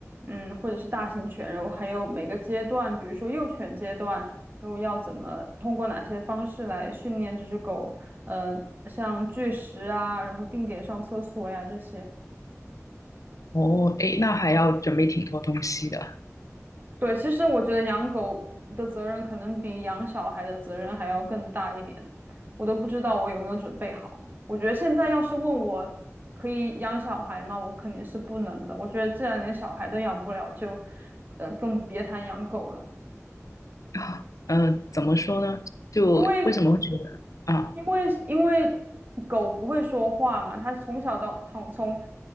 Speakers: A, on the right; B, on the left.
A: 嗯，或者是大型犬，然后还有每个阶段，比如说幼犬阶段，然后要怎么通过哪些方式来训练这只狗，嗯，像拒食啊，然后定点上厕所呀这些。
B: 哦，诶，那还要准备挺多东西的
A: 对，其实我觉得养狗的责任可能比养小孩的责任还要更大一点，我都不知道我有没有准备好。我觉得现在要是问我可以养小孩吗，我肯定是不能的。我觉得既然连小孩都养不了，就呃更别谈养狗了。
B: 啊。<laughs> 嗯、呃怎么说呢？就为什么会觉得啊？
A: 因为因为因为狗不会说话嘛，它从小到从从